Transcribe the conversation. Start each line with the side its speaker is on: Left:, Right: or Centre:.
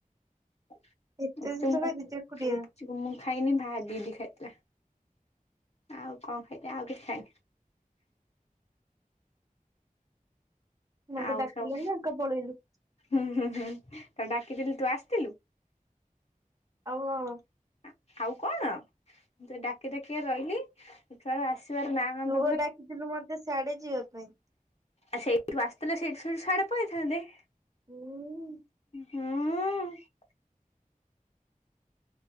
Left: <unintelligible>
Right: ଏତେ ଜିନିଷ
Left: ଚୁପ୍
Right: ଖାଇଦେଇଛୁ ଏକୁଟିଆ
Left: ମୁଁ ଖାଇନି ଭା ଦିଦି ଖାଇଥିଲା ଆଉ କଣ ଖାଇଲି ଆଉ କିଛି ଖାଇନି‌।
Right: ମତେ
Left: ଆଉ
Right: ଡାକିଲୁନି
Left: ସବୁ
Right: ଏକା ପଳେଇଲୁ?
Left: ହୁଁ ହୁଁ ହୁଁ ତ ଡାକିଥିଲି ତୁ ଆସିଥିଲୁ?
Right: ଆଉ ଆଉ
Left: ଆ ଆଉ କଣ ମୁଁ ତ ଡାକି ଡାକି ରହିଲି ତୁ ଆଉ ଆସିବାର ନାଁ ଗନ୍ଧ
Right: ତୁ କୋଉ ଡାକିଥିଲୁ ମତେ ସାିଆଡେ ଯିବା ପାଇଁ?
Left: ଆ ସେଇଠୁ ଆସିଥିଲେ ସେଇଠୁ ସେଠୁ ସିଆଡେ ପଳେଥାନ୍ତେ।
Right: ହୁଁ?
Left: ହଁଅଁ